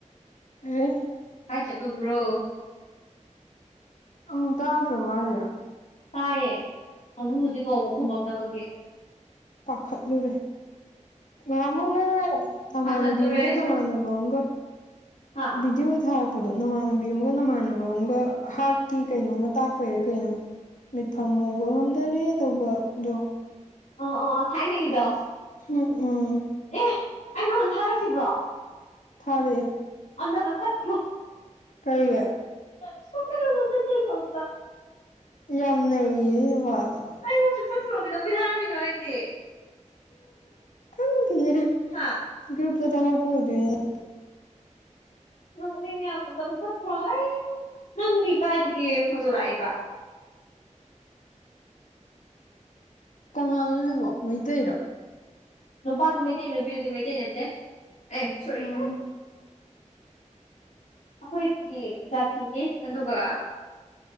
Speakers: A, on the left; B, on the left.
A: <unintelligible>
B: ꯀꯥꯏ ꯆꯠꯂꯨꯕ꯭ꯔꯣ
A: ꯑꯃꯨꯛ ꯇꯥꯗ꯭ꯔꯕꯣ ꯍꯥꯏꯖꯦ
B: ꯇꯥꯏꯌꯦ ꯑꯃꯨꯛ ꯍꯧꯖꯤꯛ ꯀꯧꯕ ꯈꯨꯝꯃꯛꯇꯕꯒꯤ
A: ꯄꯥꯈꯠꯂꯨꯔꯦ ꯉꯍꯥꯟꯃꯨꯛ ꯅꯪꯅ ꯅꯃꯥꯟꯅꯕꯤ
B: ꯄꯥꯈꯠꯂꯨꯔꯦ
A: ꯑꯃꯒ
B: ꯑꯩꯁꯦ
A: ꯅꯃꯥꯟꯅꯕ ꯑꯃꯒ
B: ꯍꯥ
A: ꯕꯤꯗꯤꯑꯣ ꯊꯔꯛ ꯄꯗꯣ ꯅꯃꯥꯟꯅꯕꯤ ꯑꯃꯝꯒ ꯅꯃꯥꯟꯅꯕ ꯑꯃꯒ ꯍꯥꯔꯠꯀꯤ ꯀꯩꯅꯣꯝꯃ ꯇꯥꯛꯄꯩꯔꯥ ꯀꯩꯅꯣ ꯃꯤꯠꯐꯝ ꯍꯣꯡꯕ ꯉꯝꯗꯔꯦ ꯇꯧꯕꯗꯣ
B: ꯑꯣ ꯑꯣ ꯑꯣ ꯊꯥꯏꯅꯒꯤꯗꯣ
A: ꯍꯝ ꯎꯝ
B: ꯑꯦ ꯑꯩ ꯅꯉꯣꯟꯗ ꯊꯥꯔꯛꯈꯤꯕ꯭ꯔꯣ
A: ꯊꯥꯔꯛꯑꯦ
B: ꯑꯟꯅ ꯀꯛꯊꯠ ꯈꯔꯨ
A: ꯀꯩ
B: <unintelligible>
A: ꯌꯥꯝ ꯅꯩꯌꯦ ꯋꯥ ꯋꯥ
B: ꯑꯩꯕꯨ ꯆꯨꯞꯊꯠꯈ꯭ꯔꯣ ꯀꯩꯗꯧꯕꯩ ꯍꯥꯏꯔꯝꯃꯤꯅꯣ ꯍꯥꯏꯗꯤ
A: ꯈꯪꯗꯦꯌꯦ
B: ꯍꯥ
A: ꯒ꯭ꯔꯨꯞꯇ ꯊꯥꯔꯛꯄ ꯑꯣꯏꯗꯣꯏꯅꯦ
B: ꯅꯣꯛꯅꯤꯡꯉꯦ ꯌꯥꯝꯅ ꯑꯝꯇ ꯀꯛꯊꯠꯈ꯭ꯔꯣ ꯑꯩ ꯅꯪꯅꯤ ꯀꯥꯏꯗꯒꯤ ꯐꯣꯇꯣ ꯂꯥꯛꯏꯕ
A: ꯀꯥꯅꯥꯅꯣ ꯁꯤꯕꯣ ꯃꯩꯇꯩꯔꯣ
B: ꯅꯨꯄꯥꯗꯨ ꯃꯩꯇꯩ ꯅꯨꯄꯤꯗꯨꯗꯤ ꯃꯩꯇꯩ ꯅꯠꯇꯦ ꯑꯦ ꯁꯣꯔꯤ
A: ꯎꯝ
B: ꯑꯩꯈꯣꯏꯒꯤ ꯖꯥꯇꯤꯅꯦ ꯑꯗꯨꯒ